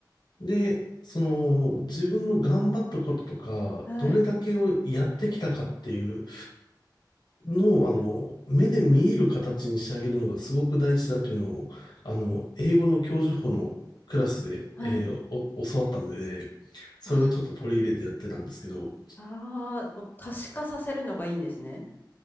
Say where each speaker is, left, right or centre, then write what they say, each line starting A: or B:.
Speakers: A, on the left; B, on the left.
A: で、その自分の頑張ったこととか、
B: あ、はい、
A: どれだけをやってきたかっていうのを、あの、目で見える形にしてあげるのがすごく大事だっていうのを、あの、英語の教授補のクラスで、
B: はい。
A: えーお教わったんで、それをちょっと取り入れてやってたんですけど、
B: あ、ああもう可視化させるのがいいんですね。